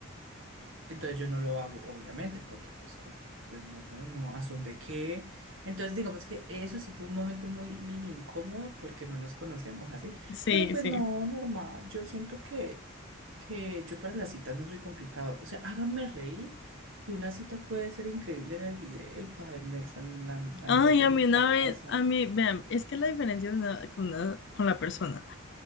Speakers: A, on the right; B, on the left.
A: Entonces yo no lo hago, obviamente, porque pues, uf, pues no, no, no, ¿a son de qué? Entonces digamos que eso sí fue un momento muy mini incómodo porque no nos conocíamos así,
B: Sí,
A: pero pues
B: sí.
A: no, normal, yo siento que, que yo para las citas no soy complicado. O sea, háganme reír. Y una cita puede ser increíble en el Gidel, pa- en el San Andrés
B: Ay,
A: de
B: a
A: mi
B: mí
A: casa.
B: una vez, a mí, vean, es que la diferencia de una- con, una- con la persona.